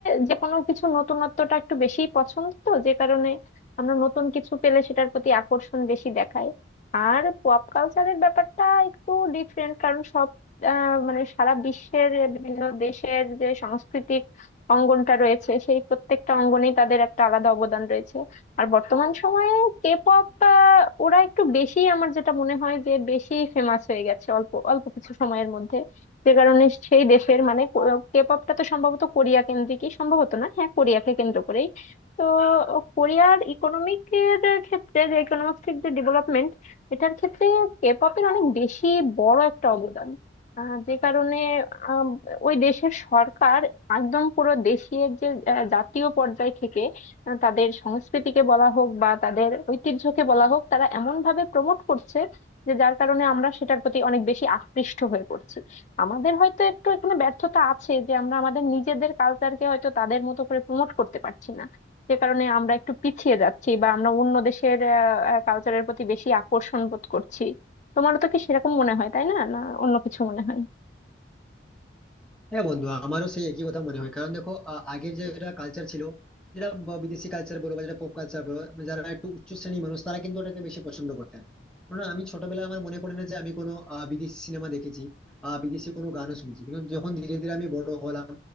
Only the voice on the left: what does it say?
যে কোনো কিছু নতুনত্বটা একটু বেশি পছন্দ তো যে কারণে আমরা নতুন কিছু পেলে সেটার প্রতি আকর্ষণ বেশি দেখায় আর পপ কালচারের ব্যাপারটা একটু ডিফারেন্ট কারণ সব আহ, মানে সারা বিশ্বের বিভিন্ন দেশের যে সাংস্কৃতিক অঙ্গনটা রয়েছে সেই প্রত্যেকটা অঙ্গনেই তাদের একটা আলাদা অবদান রয়েছে আর বর্তমান সময়ে কে পপ ওরা একটু বেশি আমার যেটা মনে হয় যে বেশি ফেমাস হয়ে গেছে অল্প অল্প কিছু সময়ের মধ্যে যে কারণে সেই দেশের মানে কে পপটা তো সম্ভবত কোরিয়া কেন্দ্রিকই সম্ভবত না হ্যাঁ কোরিয়াকে কেন্দ্র করেই তো কোরিয়ার ইকোনমিকের ক্ষেত্রে যে ইকোনমিক্সের যে ডেভেলপমেন্ট এটার ক্ষেত্রে কে পপের অনেক বেশি বড় একটা অবদান আহ, যে কারণে আম, ওই দেশের সরকার একদম পুরো দেশের যে আহ, জাতীয় পর্যায় থেকে আহ, তাদের সংস্কৃতিকে বলা হোক বা তাদের ঐতিহ্যকে বলা হোক তারা এমন ভাবে প্রমোট করছে যে যার কারণে আমরা সেটার প্রতি অনেক বেশি আকৃষ্ট হয়ে পড়ছি আমাদের হয়তো একটু এখানে ব্যর্থতা আছে যে আমরা আমাদের নিজেদের কালচারকে হয়তো তাদের মতো করে প্রমোট করতে পারছি না যে কারণে আমরা একটু পিছিয়ে যাচ্ছি বা আমরা অন্য দেশের কালচারের প্রতি বেশি আকর্ষণ বোধ করছি তোমারও তো কি সেরকম মনে হয় তাই না না অন্য কিছু মনে হয়